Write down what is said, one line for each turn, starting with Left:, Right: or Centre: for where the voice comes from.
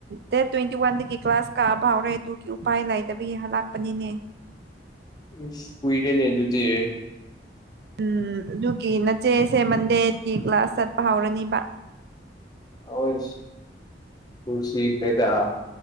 Right: ꯗꯦꯠ ꯇ꯭ꯋꯦꯟꯇꯤ ꯋꯥꯟꯗꯒꯤ ꯀ꯭ꯂꯥꯁ ꯀꯛꯕ ꯍꯧꯔꯦ ꯑꯗꯨꯒꯤ ꯎꯄꯥꯏ ꯂꯩꯥꯏꯗꯕ ꯌꯥ ꯍꯜꯂꯛ ꯂꯥꯛꯄꯅꯤꯅꯦ
Left: ꯎ ꯀꯏꯔꯦꯅꯦ ꯑꯗꯨꯗꯤ
Right: ꯎꯝ ꯑꯗꯨꯒꯤ ꯅꯆꯦꯁꯦ ꯃꯟꯗꯦꯒꯤ ꯀ꯭ꯂꯥꯁ ꯆꯠꯄ ꯍꯧꯔꯅꯤꯕ
Left: ꯑꯣꯏ ꯈꯨꯁꯤ ꯐꯥꯏꯗꯥ